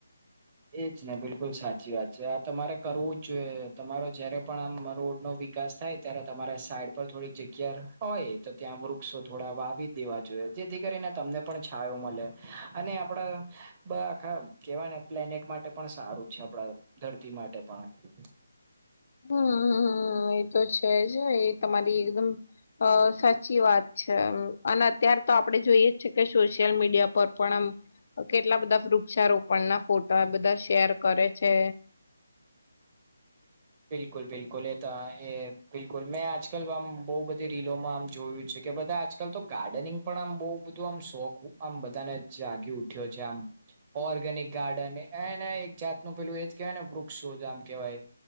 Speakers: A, on the right; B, on the left.
A: એજ ને બિલકુલ સાચી વાત છે આ તમારે કરવું જ જોઈએ તમારો જયારે પણ આમ રોડ ન વિકાસ થાય ત્યારે તમારા સાઈડ પર થોડીક જગ્યા હોય તો ત્યાં વૃક્ષો થોડા વાવી દેવા જોઈએ જેથી કરીને તમને પણ છાયો મળે અને આપડા બ આખા કેવાય ને પ્લેનેટ માટે પણ સારું છે આપણા ધરતી માટે પણ
B: હમમ એ તો છે જ એ તમારી એકદમ અ સાચી વાત છે અને અત્ય્યારે તો આપડે જોઈએ છે કે સોશિયલ મીડિયા પર પણ આમ કેટલા બધા વૃક્ષારોપણ ના ફોટા બધા શેર કરે છે
A: બિલકુલ બિલકુલ એ એ બિલકુલ મેં આજકાલ આ બહુ બધી રીલોમાં આમ જોયું છે કે બધા આ લ તો ગાર્ડનિંગ પણ આમ બહ બધું આમ શોખ આમ બધાને આગી ઉઠ્યો છે આમ ઓર્ગેનિક ગાર્ડન એને એક જાતનું પેલું એ જ કેહેવાય ને વૃક્ષો આમ કહેવાય